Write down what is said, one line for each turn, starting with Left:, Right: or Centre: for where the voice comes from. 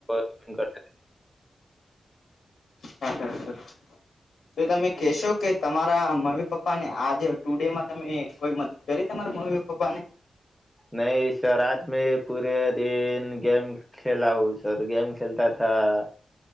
Centre: હ કર
Left: હા હા સર.
Centre: હ <unintelligible>
Left: તો તમે કહેશો કે તમારા મમ્મી પપ્પા ને આજે ટુડે માં તમને કોઈ મદદ કરી તમાર મમ્મી પપા ને
Centre: નહી સર આજ મે પૂરે દિન ગેમ ખેલા હુ સર ગેમ ખેલતા થા